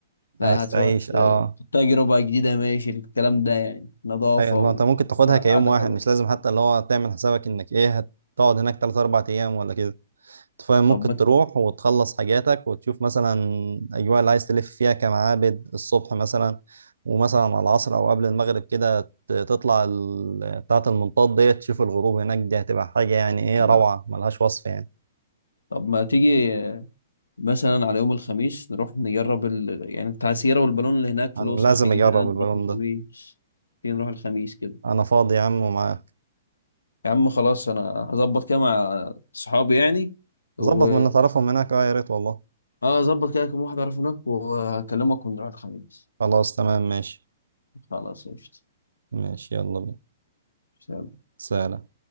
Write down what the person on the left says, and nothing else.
لا
هتروح
ت-
تجربه جديده ماشي الكلام ده يعني نظافه
و...
لا،
قعده
حلوه
طب ما
ما-
طب ما تيجي آه، مثلا على يوم الخميس نروح نجرب ال... يعني التعسيره والبالون اللي هناك في
الاقصر
تيجي
كده نروح
الخميس
تيجي نروح الخميس كده
يا عم خلاص انا هظبط كده مع صحابي يعني و
اه ظبط كده كم واحد اعرفه هناك واكلمك ونروح الخميس
خلاص قشطة.
سلام.